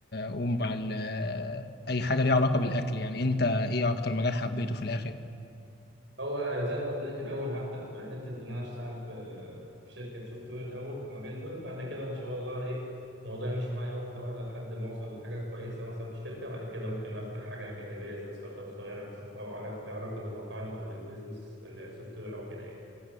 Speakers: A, on the left; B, on the right.
A: ومع ال اي حاجه ليها علاقه بالاكل يعني انت ايه اكتر مجال حبيته في الاخر
B: هو زي ما قلت لك الاول هبدا بحته ان انا اشتغل في في شركه سوفت وير الاول في مجال الويب بعد كده ان شاء الله ايه الموضوع يمشي معايا واحده واحده لحد ما اوصل لحاجه كويسه مثلا في الشركه بعد كده ممكن افتح حاجه جانبيه زي ستارت اب صغيره مثلا او علاقه لها علاقه بالمطاعم او بالبيزنس السوفت وير او كده يعني